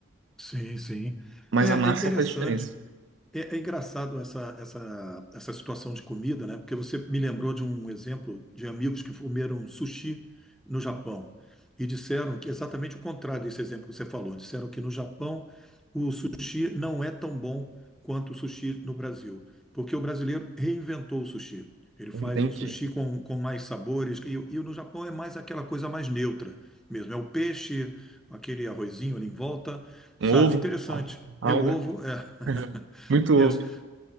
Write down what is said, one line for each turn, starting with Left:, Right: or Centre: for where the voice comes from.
Centre: Sim, sim.
Right: mas
Centre: É,
Right: a massa
Centre: é interessante.
Right: faz diferença.
Centre: É, é engraçado essa, essa, essa situação de comida, né? Porque você me lembrou de um exemplo de amigos que comeram sushi no Japão e disseram que é exatamente o contrário desse exemplo que você falou. Disseram que no Japão o sushi não é tão bom quanto o sushi no Brasil, porque o brasileiro reinventou o sushi. Ele faz
Right: Entendi.
Centre: um sushi com, com mais sabores e, e no Japão é mais aquela coisa mais neutra mesmo. É o peixe, aquele arrozinho ali em volta, sabe?
Right: Um ovo,
Centre: Interessante.
Right: alga,
Centre: É o ovo, é.
Right: <laughs> muito ovo.
Centre: <laughs>